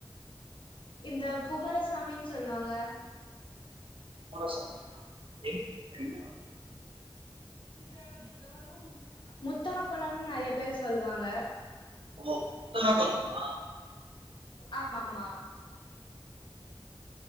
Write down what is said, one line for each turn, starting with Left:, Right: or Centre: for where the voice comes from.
Left: இந்த குமாரசாமின் சொல்லுவாங்க
Right: குமரசாமியா எங் எங்க
Left: <inaudible> முத்தனகொளன் நெறைய பேரு சொல்லுவாங்க
Right: ஓ முத்துன கொளம்மா
Left: ஆமாமா